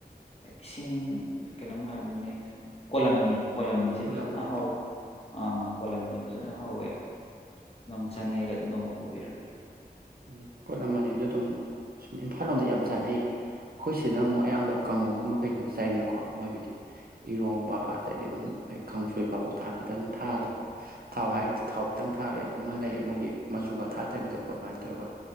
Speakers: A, on the left; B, on the right.
A: ꯏꯁꯤꯡ ꯀꯩꯅꯣꯝ ꯍꯥꯏꯕꯅꯤꯅꯦ ꯀꯣꯂꯝꯅꯤ ꯀꯣꯂꯝ
B: ꯃꯨꯜꯂꯝꯃꯅꯤꯗ
A: ꯐꯖꯅ ꯍ ꯑ ꯀꯣꯜꯂꯝ ꯑꯅꯤ ꯐꯖꯅ ꯍꯧꯋꯦ ꯅꯪ ꯆꯥꯅꯤꯡꯉꯒꯗꯤ ꯅꯣꯡꯃ ꯄꯨꯕꯤꯔꯛꯀꯦ
B: ꯎꯝ ꯄꯣꯠ ꯑꯃꯅꯤ ꯑꯗꯨ ꯑꯗꯨꯝ ꯁꯨꯝ ꯏꯝꯐꯥꯜ ꯂꯣꯝꯗ ꯌꯥꯝ ꯆꯥꯅꯩꯌꯦ ꯑꯩꯈꯣꯏ ꯁꯤꯅ ꯑꯃꯨꯛ ꯑꯌꯥꯝꯕ ꯀꯥꯡꯉꯧꯒꯨꯝꯕ ꯀꯩꯒꯨꯝꯕ ꯆꯩꯅꯀꯣ ꯃꯣꯏꯒꯤꯗꯤ ꯏꯔꯣꯝꯕ ꯑꯗꯒꯤ ꯑꯗꯨꯝ ꯑꯩꯈꯣꯏ ꯀꯥꯡꯁꯣꯏ ꯐꯥꯎꯕ ꯊꯥꯛ ꯈꯤꯇꯪ ꯊꯥꯒ ꯊꯥꯎ ꯍꯥꯏꯔꯒꯗꯤ ꯊꯥꯎ ꯈꯤꯇꯪ ꯊꯥꯒ ꯑꯃ ꯂꯩꯌꯦ ꯃꯣꯏꯒꯤ ꯃꯆꯨꯒ ꯊꯥꯗꯕꯤꯗꯀꯣ ꯑꯗꯨꯃꯥꯏꯅ ꯇꯧꯔꯒ